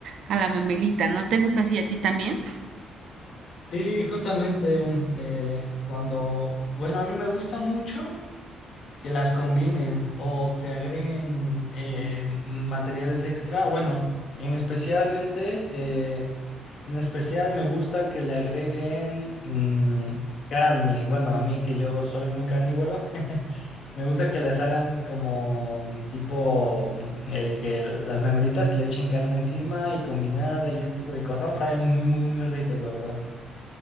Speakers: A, on the right (about 70°); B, on the left (about 65°).
A: a la memelita, ¿no te gusta así a ti también?
B: Sí, justamente eh, cuando, bueno, a mí me gusta mucho que las combinen o que agreguen eh, materiales extra. Bueno, en especialmente... eh, En especial me gusta que le agreguen mm, carne. Bueno, a mí que yo soy muy carnívoro, <laughs> me gusta que les hagan como mm, tipo mm, eh, que las memelitas y le echen carne encima y combinada y ese tipo de cosas. Saben muy, muy, muy ricas, la verdad.